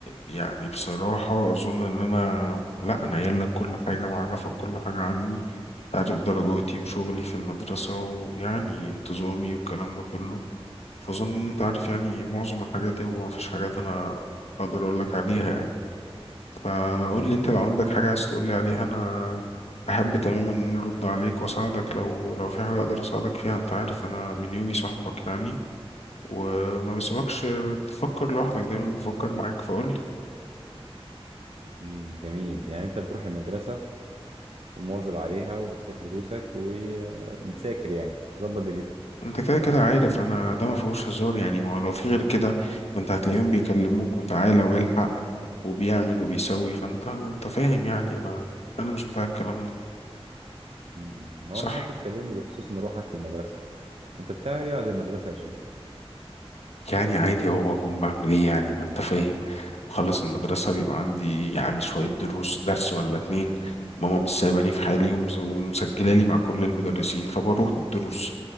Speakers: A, on the left; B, on the right.
A: يعني بصراحة أظن إن أنا لا أنا قايل لك كل حاجة معرفك كل حاجة عني عارف درجاتي وشغلي في المدرسة ويعني انتظامي والكلام ده كله فأظن إن أنت عارف يعني معظم الحاجات هو مفيش حاجات أنا أقدر أقول لك عليها يعني فقول لي انت
B: امم
A: لو عندك حاجة عايز تقول لي عليها انا احب تماما ان أنا ارد عليك واساعدك لو لو في حاجة اقدر اساعدك فيها انت عارف انا من يومي صاحبك يعني وما بسيبكش تفكر لوحدك دايما بفكر معاك فقول لي
B: امم جميل يعني انت بتروح المدرسة ومواظب عليها وبتروح دروسك وبتذاكر يعني مظبط دنيتك
A: انت كده كده عارف انا ده ما فيهوش هزار يعني ما هو لو في غير كده ما انت هتلاقيهم بيكلموك وتعالى والحق وبيعمل وبيسوي فانت انت فاهم يعني انا انا مش بتاع الكلام ده
B: امم امم.
A: صح
B: هو محدش كلمني بخصوص مروحك للمدرسة انت بتعمل ايه بعد المدرسة يا شيف
A: يعني عادي هو اكون بعمل ايه يعني ما انت فاهم بخلص المدرسة بيبقى عندي يعني شوية دروس درس ولا اتنين ماما مش سايباني في حالي ومز- ومسجلة لي مع كل المدرسين فبروح بالدروس